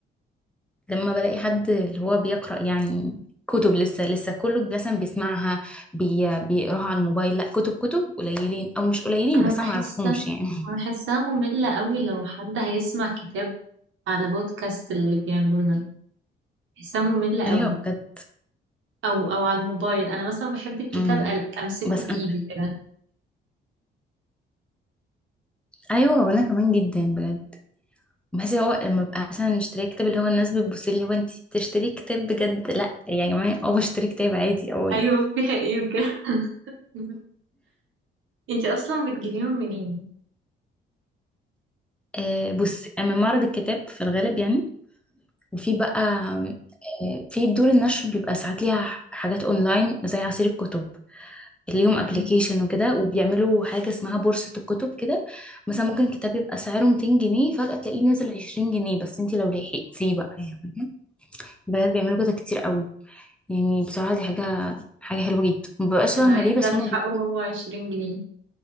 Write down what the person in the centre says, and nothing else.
لما بلاقي حد اللي هو بيقرأ يعني كتب لسه لسه كله مثلا بيسمعها بي بيقراها على الموبايل لا كتب كتب قليلين او مش قليلين
بس
انا معرفهمش يعني <laughs>
ايوه
بجد
امم
بس
انا
ايوه وانا كمان جدا بجد بس هو لما ببقى مثلا مشتريه كتاب اللي هو الناس بتبص لي اللي هو انت بتشتري كتاب بجد لا يا جماعه اه بشتري كتاب عادي اه
يعني
آه بص اما معرض الكتاب في الغالب يعني وفي بقى آه في دور النشر بيبقى ساعات ليها حاجات اونلاين زي عصير الكتب ليهم ابلكيشن
وكده وبيعملوا حاجة اسمها بورصة الكتب كده مثلا ممكن كتاب يبقى سعره 200 جنيه فجأة تلاقيه نازل 20 جنيه بس انت لو لحقتيه بقى يعني بجد بيعملوا كده كتير قوي يعني بصراحة دي حاجة حاجة حلوة جدا مببقاش فاهمة
ليه بس
هما بيكونوا